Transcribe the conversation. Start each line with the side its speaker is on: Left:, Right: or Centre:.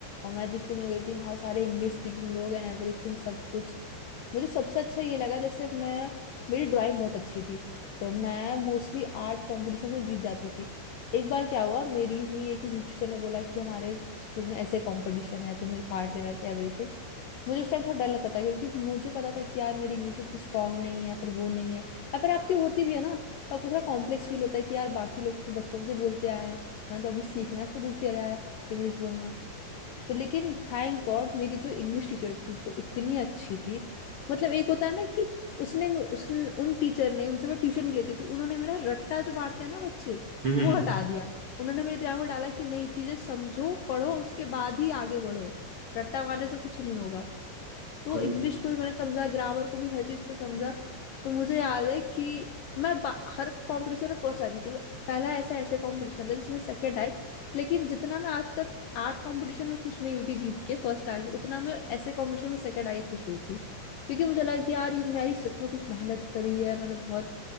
Left: और मैं जिस स्कूल में गई थी वहाँ सारे इंग्लिश स्पीकिंग लोग एंड एवरीथिंग सब कुछ मुझे सबसे अच्छा ये लगा जैसे मैं मेरी ड्राइंग बहुत अच्छी थी तो मैं मोस्टली आर्ट कॉम्पिटिशन में जीत जाती थी एक बार क्या हुआ मेरी ही एक इंग्लिश टीचर ने बोला कि हमारे स्कूल में ऐसे कंपटीशन है तुम्हें पार्ट लेना चाहिए एवरीथिंग मुझे उस टाइम थोड़ा डर लगता था क्योंकि मुझे पता था कि यार मेरी इंग्लिश इतनी स्ट्रांग नहीं है या फिर वो नहीं है या फिर आपकी होती भी है ना तो आपको थोड़ा कॉम्प्लेक्स फील होता है कि यार बाकी लोग तो बचपन से बोलते आए हैं मैंने तो अभी सीखना शुरू किया है इंग्लिश बोलना तो लेकिन थैंक गॉड मेरी जो इंग्लिश टीचर थी वो इतनी अच्छी थी मतलब एक होता है ना कि उसने उसने उन टीचर ने उनसे मैं ट्यूशन भी लेती थी उन्होंने मेरा रट्टा जो मारते हैं ना बच्चे
Right: हम्म हम्म,
Left: वो
Right: हम्म।
Left: हटा दिया उन्होंने मेरे दिमाग में डाला कि नहीं चीजें समझो पढ़ो उसके बाद ही आगे बढ़ो रट्टा मारने से कुछ नहीं होगा तो
Right: और
Left: इंग्लिश को भी मैंने समझा ग्रामर को भी हर चीज को समझा तो मुझे याद है कि मैं बा- हर कंपटीशन में फर्स्ट आती थी वो पहला ऐसा ऐसे कंपटीशन था जिसमें सेकंड आई लेकिन जितना मैं आज तक आर्ट कंपटीशन में खुश नहीं हुई थी जीत के फर्स्ट आके उतना मैं ऐसे कंपटीशन में सेकंड आके खुश हुई थी क्योंकि मुझे लगा कि यार ये मेरी सच में कुछ मेहनत करी है मैंने बहुत